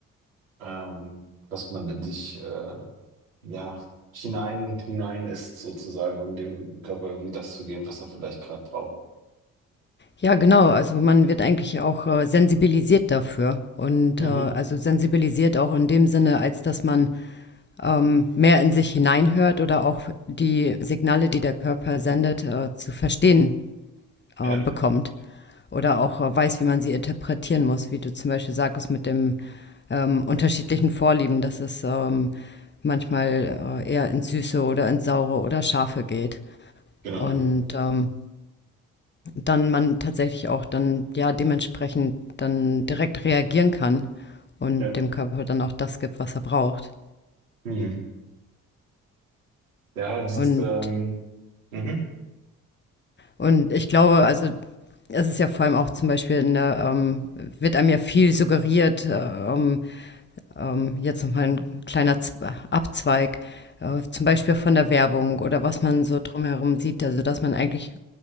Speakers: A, on the right; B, on the left.
A: ähm, was man in sich äh, ja, hinein, hinein ist, sozusagen, um dem Körper irgendwie das zu geben, was er vielleicht gerade braucht.
B: Ja, genau. Also man wird eigentlich auch äh, sensibilisiert dafür. Und
A: Mhm.
B: äh, also sensibilisiert auch in dem Sinne, als dass man ähm, mehr in sich hineinhört oder auch die Signale, die der Körper sendet, äh, zu verstehen äh,
A: Ja,
B: bekommt. Oder auch äh, weiß, wie man sie interpretieren muss, wie du zum Beispiel sagtest mit dem ähm, unterschiedlichen Vorlieben, dass es ähm, manchmal äh, eher ins Süße oder ins Saure oder Scharfe geht.
A: genau,
B: Und
A: ja.
B: ähm, dann man tatsächlich auch dann ja dementsprechend dann direkt reagieren kann und
A: Ja,
B: dem Körper dann auch das gibt, was er braucht.
A: mhm. Ja, das
B: Und,
A: ist ähm, mhm.
B: und ich glaube, also es ist ja vor allem auch zum Beispiel in der, ähm, wird einem ja viel suggeriert, äh, ähm, ähm, jetzt nochmal ein kleiner Z Abzweig, äh, zum Beispiel von der Werbung oder was man so drumherum sieht, also dass man eigentlich